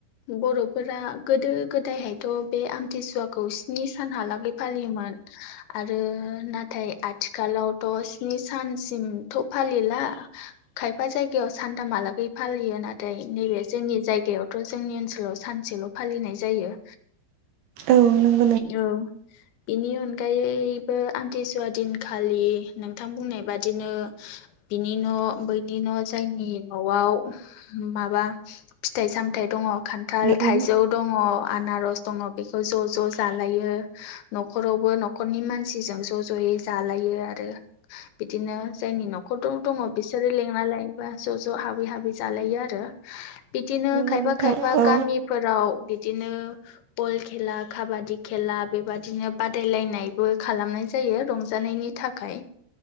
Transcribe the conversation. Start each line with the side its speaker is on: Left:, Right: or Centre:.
Left: बर'फोरा गोदो गोदायहायथ' बे आमथिसुवा खौ स्नि सानहालागै फालियोमोन आरो नाथाय आथिखाल आथिखालावथ' स्नि सानसिमथ' फालिला खायफा जायगायाव सानथाहालागै फालियो नाथाय फ्राय नैबे जोंनि जायगायावथ' जोंनि ओनसोलाव सानसेल' फालिनाय जायो
Right: औ नों
Left: औ बिनि अनगायैबो आमथिसुवा दिनखालि नोंथां बुंनाय बादिनो बिनि न' बैनि न' जायनि न'आव माबा फिथाइ सामथाइ दङ खान्थाल
Right: औ
Left: थाइजौ दङ आनारस दङ बेखौ ज' ज' ज' जालायो न'खरावबो न'खरनि मानसिजों ज' ज'यै जालायो आरो बिदिनो जायनि न'खराव दङ बिसोरो लेंना लायोबो ज' ज' हाबै हाबै जालायो आरो बिदिनो
Right: नंगौ
Left: खायफा
Right: नोंथां
Left: खायफा
Right: औ
Left: गामिफोराव बिदिनो बल खेला खाबादि खेला बेबादिनो बादायलायनायबो खालामनाय जायो रंजानायनि थाखाय